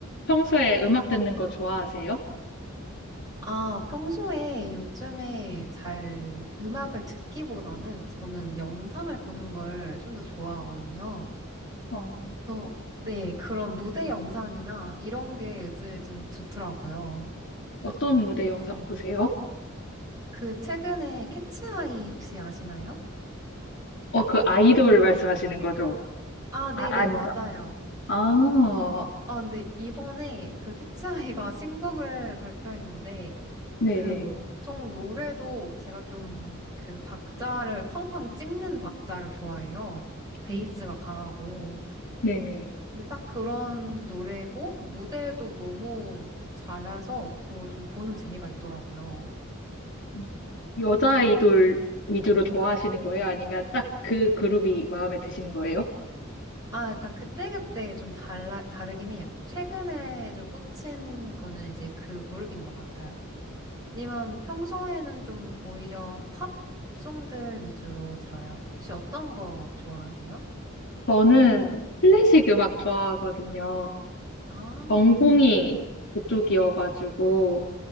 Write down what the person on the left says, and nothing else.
평소에 음악 듣는 거 좋아하세요?
어,
어떤 무대 영상 보세요?
어, 그 아이돌 말씀하시는 거죠?
아, 아닌가?
아,
네네.
음,
네네.
음, 여자 아이돌 위주로 좋아하시는 거예요? 아니면 딱 그 그룹이 마음에 드시는 거예요?
저는 클래식 음악 좋아하거든요.
전공이 그쪽이어가지고,